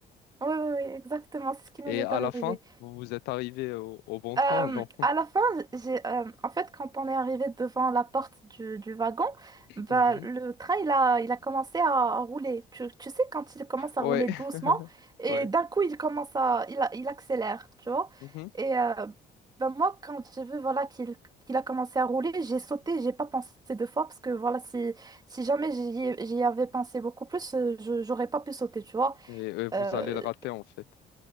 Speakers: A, on the right; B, on the left.
A: ouais, ouais, ouais, exactement, c'est ce qui nous
B: Et
A: est
B: à
A: arrivé.
B: la fin, vous vous êtes arrivé au, au bon train
A: Euh,
B: ou non?
A: à la fin, j'ai, euh, en fait, quand on est arrivé devant la porte du, du wagon,
B: <laughs>
A: bah,
B: Mhm.
A: le train, il a, il a commencé à rouler. Tu, tu sais, quand il commence à
B: Ouais,
A: rouler doucement, et
B: ouais.
A: d'un coup, il commence à, il, a- il accélère, tu vois.
B: Mhm.
A: Et euh, bah, moi, quand j'ai vu, voilà, qu'il qu'il a commencé à rouler, j'ai sauté, j'ai pas pensé deux fois, parce que, voilà, si, si jamais j'y j'y avais pensé beaucoup plus, euh, je, j'aurais pas pu sauter, tu vois.
B: Et euh, vous
A: Euh,
B: allez le rater, en fait.